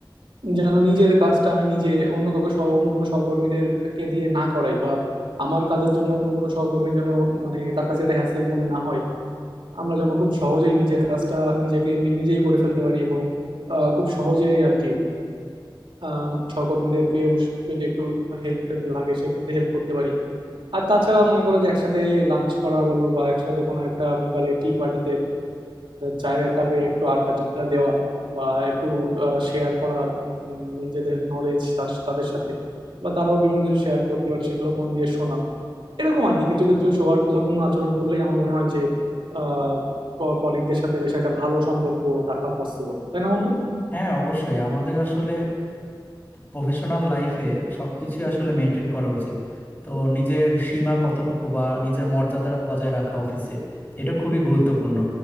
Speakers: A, on the right; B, on the left.
A: যেন নিজের কাজটা আমি নিজে অন্য কাউকে সহ অন্য কোনো সহকর্মীদের কে দিয়ে না করাই বা আমার কাজের জন্য অন্য কোনো সহকর্মী যেন মানে তার কাছে এটা হ্যাসেল মনে না হয় আমরা যেন খুব সহজেই নিজের কাজটা নিজেকে নি- নিজেই করে ফেলতে পারি এবং আহ, খুব সহজেই আর কি আহ, সহকর্মীদেরকেও যদি একটু হেল্প লাগে সেক্ষেত্রে হেল্প করতে পারি আর তাছাড়া মনে করো যে একসাথে লাঞ্চ করা বলো বা একসাথে কোনো একটা বিকালে টি পার্টিতে চায়ের এক কাপে একটু আড্ডা টাড্ডা দেওয়া বা একটু শেয়ার করা উম, নিজেদের নলেজ তার তাদের সাথে বা তারাও বিভিন্ন কিছু শেয়ার করতে পারে সেগুলো মন দিয়ে শোনা এরকম আর কি কিছু কিছু সৌহার্দ্যপূর্ণ আচরণ করলেই আমার মনে হয় যে আহ কলিগদের সাথে বেশ একটা ভালো সম্পর্ক রাখা পসিবল তাই না বন্ধু
B: হ্যাঁ অবশ্যই আমাদের আসলে প্রফেশনাল লাইফে সবকিছু আসলে মেনটেন করা উচিত তো নিজের সীমা কতটুকু বা নিজের মর্যাদা বজায় রাখা অফিসে এটা খুবই গুরুত্বপূর্ণ